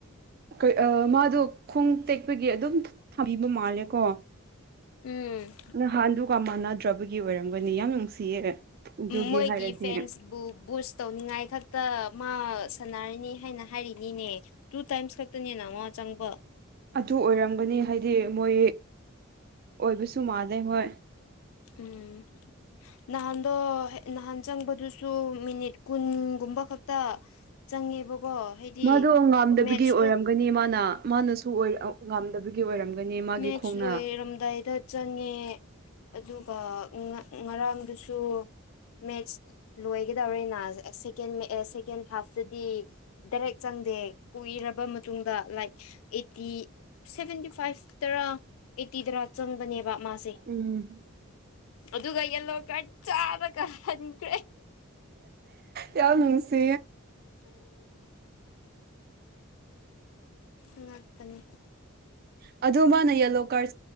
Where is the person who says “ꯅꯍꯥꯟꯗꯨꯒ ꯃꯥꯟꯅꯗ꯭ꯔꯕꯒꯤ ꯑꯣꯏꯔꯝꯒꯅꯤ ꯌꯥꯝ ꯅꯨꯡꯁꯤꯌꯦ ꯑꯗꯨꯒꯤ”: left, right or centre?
Right